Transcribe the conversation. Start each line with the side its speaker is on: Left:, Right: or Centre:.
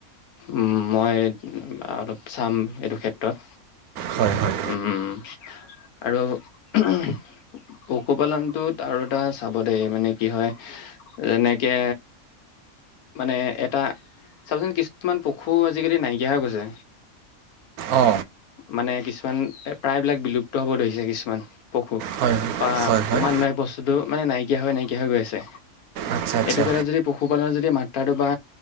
Left: উম। মই অলপ চাম এইটো ক্ষেত্ৰত
Right: হয় হয়
Left: উম, আৰু পশুপালনটোত আৰু এটা চাব দেই মানে কি হয় যেনেকে মানে এটা- চাবচোন কিছুমান পশু আজিকালি নাইকিয়া হৈ গৈছে।
Right: অ।
Left: মানে কিছুমান প্ৰায়বিলাক বিলুপ্ত হ'ব ধৰিছে কিছুমান পশু
Right: হয়
Left: বা
Right: হয়
Left: অকমান
Right: হয়
Left: বস্তুটো মানে নাইকিয়া হৈ নাইকিয়া হৈ গৈ আছে
Right: আচ্ছা আচ্ছা
Left: এইটো ক্ষেত্ৰত যদি পশুপালন যদি মাত ৰটো বা